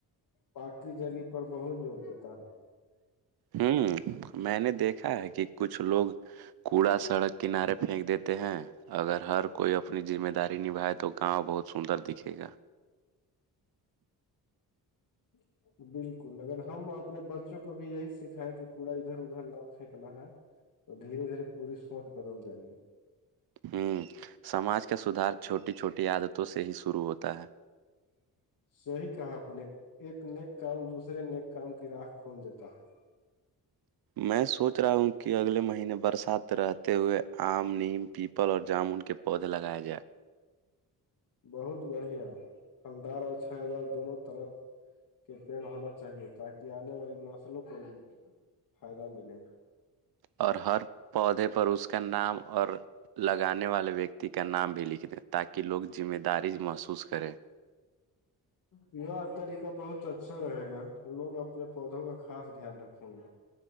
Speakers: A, on the left; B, on the right.
A: پاک کی جگہ پر بہت زور دیتا ہے
B: ہوں میں نے دیکھا ہے کہ کچھ لوگ کوڑا سڑک کنارے پھینک دیتے ہیں اگر ہر کوئی اپنی ذمہ داری نبھائے تو گاؤں بہت سندر دکھے گا
A: جی بالکل اگر ہم اپنے بچوں کو بھی یہی سکھائے کہ کوڑا ادھر ادھر نہ پھینکنا ہے تو دھیرے دھیرے پوری سوچ بدل جائے گی
B: ہوں سماج کا سدھار چھوٹی چھوٹی عادتوں سے ہی شروع ہوتا ہے
A: صیح کہا اپ نے ایک نیک کام دوسرے نیک کام کی راہ کھول دیتا ہے <unintelligible>
B: میں سوچ رہا ہوں کہ اگلے مہینے برسات رہتے ہوئے آم نیم پیپل اور جامن کے پودے لگایا جائے
A: بہت بڑھیا ہلدار اور چھیا ہزار دونوں طرف کے پڑ ہونا چاہیے تاکہ آنے والی نسلوں کو بھی فائدہ ملے
B: اور ہر پودے پر اس کا نام اور لگانے والے ویکتی کا نام بھی لکھ دیں تاکہ لوگ ذمہ داری محسوس کرے
A: ب یہ طریقہ بہت اچھا رہے گا لوگ اپنے پودوں کا خاص دھیان رکھیں گے